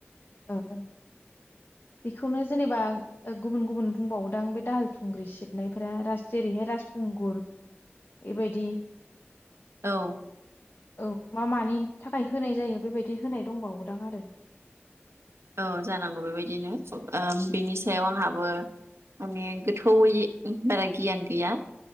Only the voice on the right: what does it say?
औ
औ जानांगौ बेबायदिनो आ बिनि सायाव आंहाबो माने गोथौैयै बारा गियान गैया ।